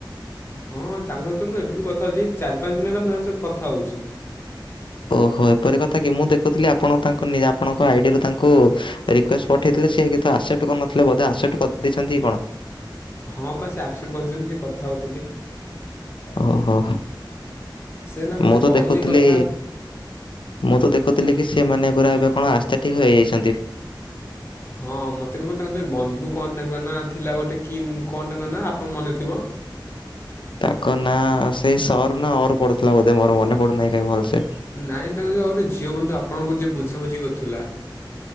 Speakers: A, on the left; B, on the left.
A: ହଁ ହଁ। ତାଙ୍କ ସହିତ ମୁଁ ଏବେ ବି କଥା ହଉଛି। ଚାରି ପାଞ୍ଚ ଦିନ ହେଲା ମୁଁ ତାଙ୍କ ସହିତ କଥା ହଉଛି।
B: ଓହୋ। ଏପରି କଥା କି? ମୁଁ ଦେଖୁଥିଲି ଆପଣ ତାଙ୍କ ନିଜ ଆପଣ ତାଙ୍କ ଆଇଡିରୁ ତାଙ୍କୁ ରିକ୍ୱେଷ୍ଟ ପଠେଇଥିଲେ ସିଏ? କିନ୍ତୁ ଆକ୍ସେପ୍ଟ କରିନଥିଲେ ବୋଧ ଆକ୍ସେପ୍ଟ କରିଦେଇଛନ୍ତି କଣ?
A: ହଁ ପା ସେ ଆକ୍ସେପ୍ଟ କରିଛନ୍ତି। ସେ କଥା ହଉଥିଲି।
B: ଓହୋ।
A: ସେ ନା ମୋତେ
B: ମୁଁ ତ
A: କହିଲେ
B: ଦେଖୁଥିଲି
A: କଥା
B: ମୁଁ ତ ଦେଖୁଥିଲି କି ସେମାନେ ପୁରା ଏବେ କଣ ଆସ୍ଥେଠିକ୍ ହେଇଯାଇଛନ୍ତି।
A: ହଁ ମତେ କଣ କହିଲେ ତାଙ୍କର ଜଣେ ବନ୍ଧୁ କଣ ତାଙ୍କ ନାଁ ଥିଲା ଗୋଟେ କି ଉମ୍ କଣ ତାଙ୍କ ନାଁ ଆପଣ ମନେ ଥିବ।
B: ତାଙ୍କ ନାଁ ସେଇ ସ ରୁ ନା ଅ ରୁ ପଡୁଥିଲା ବୋଧେ ମୋର ମନେ ପଡୁନାହିଁ କାହିଁ ଭଲସେ।
A: ନାଇଁ ତାଙ୍କ ଯୋଉ ଆଉ ଗୋଟେ ଝିଅ ବନ୍ଧୁ ଆପଣଙ୍କୁ ଯିଏ ବୁଝାବୁଝି କରୁଥିଲା।